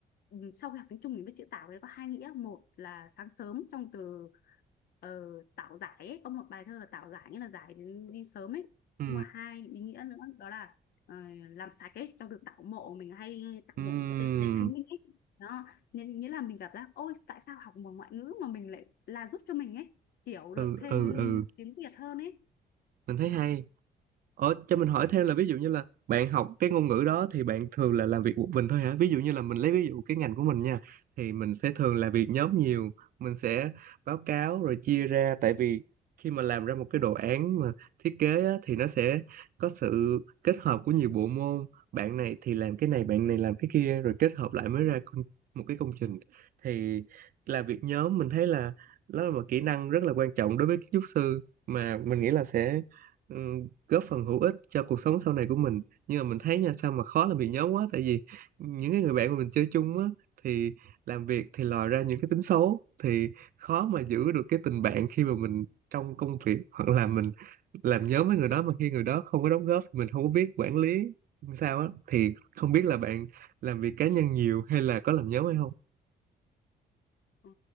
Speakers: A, on the left; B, on the right.
A: ừ, sau khi học tiếng Trung mình biết chữ tảo đấy có hai nghĩa một là sáng sớm trong từ ờ, tảo giải ấy. có một bài thơ là tảo giải nghĩa là giải đến đi sớm ấy
B: ừ
A: nhưng mà hai ý nghĩa nữa đó là ờ, làm sạch ấy trong từ tảo mộ mình hay tảo
B: ừ
A: mộ với tên dịp thanh minh ấy đó nghĩa nghĩa là mình gặp là ôi tại sao học một ngoại ngữ mà mình lại là giúp cho mình ấy hiểu
B: ừ
A: được thêm
B: ừ ừ
A: tiếng Việt hơn ấy
B: mình
A: đấy
B: thấy hay Ờ, cho mình hỏi thêm là ví dụ như là bạn học cái ngôn ngữ đó thì bạn thường là làm việc một mình thôi hả? Ví dụ như là mình lấy ví dụ cái ngành của mình nha, thì mình sẽ thường là
A: Ừ.
B: việc nhóm nhiều, mình sẽ báo cáo rồi chia ra tại vì khi mà làm ra một cái đồ án mà thiết kế á, thì nó sẽ có sự kết hợp của nhiều bộ môn, bạn này thì làm cái này, bạn này làm cái kia rồi kết hợp lại mới ra công- một cái công trình. Thì làm việc nhóm mình thấy là đó là một kỹ năng rất là quan trọng đối với kiến trúc sư mà mình nghĩ là sẽ ừ, góp phần hữu ích cho cuộc sống sau này của mình nhưng mà mình thấy nha sao mà khó làm việc nhóm quá tại vì những cái người bạn mà mình chơi chung á thì làm việc thì lòi ra những cái tính xấu thì khó mà giữ được cái tình bạn khi mà mình trong công việc hoặc là mình làm nhóm với người đó mà khi người đó không có đóng góp thì mình không có biết quản lý sao á thì không biết là bạn làm việc cá nhân nhiều hay là có làm nhóm hay không
A: Ừ.